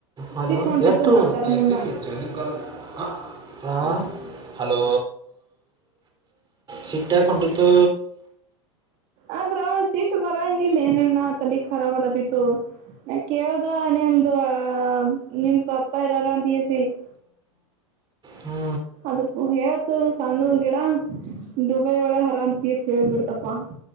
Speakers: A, on the right; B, on the right.
A: ಹಲೋ
B: ಸಿಟ್ ಹೊಂಟಿತ್ತು
A: ಎತ್ತು
B: ಮಾತಾಡ
A: <unintelligible>
B: ಮುಂದ
A: ಹಲೋ ಸೀಟ್ಟ ಕೊಂಟತ್ತು
B: ಆದ್ರ ಸೀಟ್ ಬರಂಗಿಲ್ಲ ಏನೇನ ತಲೆ ಖರಾಬ್ ಅಲದಿತ್ತು ನ ಕೇಳ್ದ ನಿಮ್ದು ನಿಮ ಪಪ್ಪ ಇರಾರ ಅಂತಕೆಸಿ <inaudible>
A: ಹ್ಞೂ
B: ಅದಪು ಹೇತ ಸಣ್ಣ ಗಿಡ ದುಬೈ ಒಳ ಹರ ಅಂತಸ ಹೇಳ್ಬಿಡ್ತಪ್ಪಾ